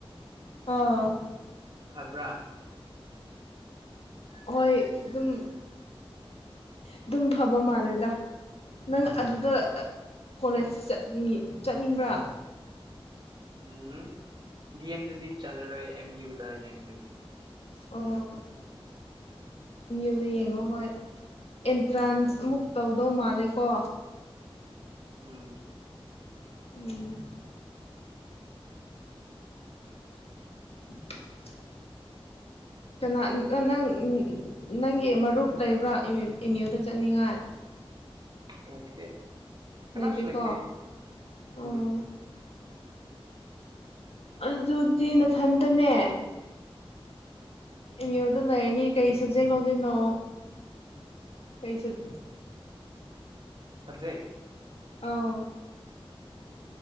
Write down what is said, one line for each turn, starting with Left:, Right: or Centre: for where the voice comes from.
Left: ꯍꫭ꯫
Right: ꯐꯕ꯭ꯔꯥ꯫
Left: ꯍꯣꯏ ꯑꯗꯨꯝ ꯑꯗꯨꯝ ꯐꯕ ꯃꯥꯜꯂꯦꯗ ꯅꯪ ꯑꯗꯨꯗ ꯀꯣꯂꯦꯖꯠꯅꯤꯡ ꯆꯠꯅꯤꯡꯕ꯭ꯔꯥ꯫
Right: ꯎꯝ ꯗꯤ ꯑꯦꯝꯗꯗꯤ ꯆꯠꯂꯔꯣꯏ ꯑꯦꯝ ꯌꯨꯗ ꯌꯦꯡꯗꯅꯤ꯫
Left: ꯑꯣ꯫ ꯑꯦ ꯌꯨꯗ ꯌꯦꯡꯉꯣ ꯍꯣꯏ ꯑꯦꯟꯇ꯭ꯔꯥꯟꯁ ꯑꯃꯨꯛ ꯇꯧꯗꯧ ꯃꯥꯜꯂꯦꯀꯣ꯫
Right: ꯎꯝ
Left: ꯎꯝ꯫ <unintelligible> ꯀꯅꯥ ꯅꯪ꯫ ꯅꯪꯒꯤ ꯃꯔꯨꯞ ꯂꯩꯕ꯭ꯔꯥ ꯑꯦꯝ ꯌꯨꯗ ꯆꯠꯅꯤꯡꯉꯥꯏ꯫
Right: ꯂꯥꯛꯇꯦ ꯀꯅꯥꯁꯨ
Left: ꯂꯩꯇꯦꯀꯣ
Right: ꯂꯩꯥꯏꯇꯦ
Left: ꯑꯣ
Right: ꯎꯝ꯫
Left: ꯑꯗꯨꯗꯤ ꯅꯊꯟꯇꯅꯦ꯫ ꯑꯦꯝ ꯌꯨꯗ ꯂꯩꯔꯅꯤ ꯀꯩ ꯁꯕꯖꯦꯛ ꯂꯧꯗꯣꯏꯅꯣ ꯀꯩ ꯁꯕ꯫
Right: ꯁꯕꯖꯦꯛ꯫
Left: ꯑꯥꯎ꯫